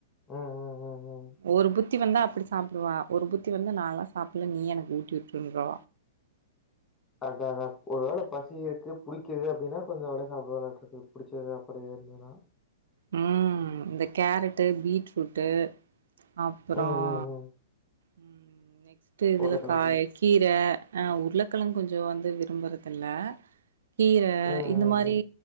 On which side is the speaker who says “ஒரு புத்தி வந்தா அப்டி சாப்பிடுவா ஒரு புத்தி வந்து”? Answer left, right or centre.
Right